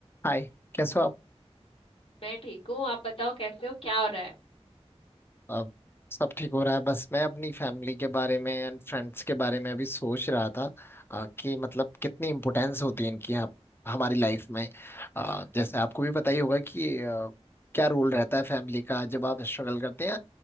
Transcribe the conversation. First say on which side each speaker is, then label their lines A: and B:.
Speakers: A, on the left (about 20°); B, on the left (about 60°).
A: हाय कैसे हो आप
B: मैं ठीक हूँ आप बताओ कैसे हो क्या हो रहा है
A: अब सब ठीक हो रहा है बस मैं अपनी फैमिली के बारे में एंड फ्रेंड्स के बारे में अभी सोच रहा था अ, कि मतलब कितनी इम्पोर्टेंस होती है इनकी हम- हमारी लाइफ में अ, जैसे आपको भी पता ही होगा कि अ, क्या रोल रहता है फैमिली का जब आप स्ट्रगल करते हैं